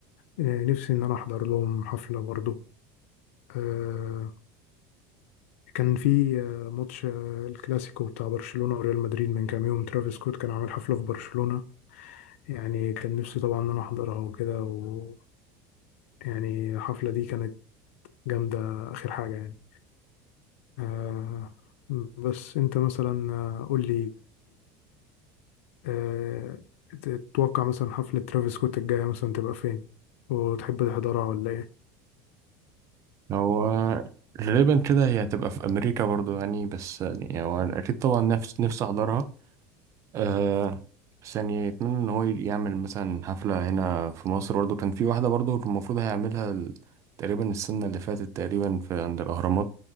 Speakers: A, on the left; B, on the right.
A: ان انا احضر لهم حفلة برضو آه، كان في آه، ماتش آه، الكلاسيكو بتاع برشلونة وريال مدريد من كام يوم ترافيس سكوت كان عامل حفلة في برشلونة يعني كان نفسي طبعا ان انا احضرها وكده و يعني الحفلة دي كانت جامدة اخر حاجة يعني آه، بس انت مثلا آه، قول لي آه، تتوقع مثلا حفلة ترافيس سكوت الجاية مثلا تبقى فين وتحب تحضرها ولا ايه
B: هو غالبا كده هي هتبقى في امريكا برضو يعني بس يعني هو اكيد طبعا نفس نفسي احضرها آه بس يعني يتمنى ان هو يعمل مثلا حفلة هنا في مصر برضه كان في واحدة برضه المفروض هيعملها ال- تقريبا السنة اللي فاتت تقريبا في عند الأهرامات